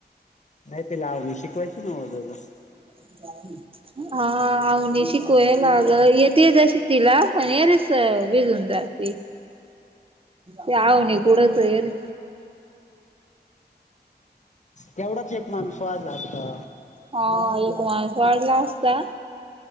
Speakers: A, on the left; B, on the right.
A: नाही तिला शिकवायची नाजोबर <inaudible>
B: ह <inaudible> हा आवणी शिकयलाग लागलं येते जशी तिला पनेरेस भिजून जाते.
A: आवाज नाही आला <inaudible>
B: ते अवनी कुडचय.
A: तेवढाच एक माणूस वाढला असता
B: हा एक माणूस वाढला असता.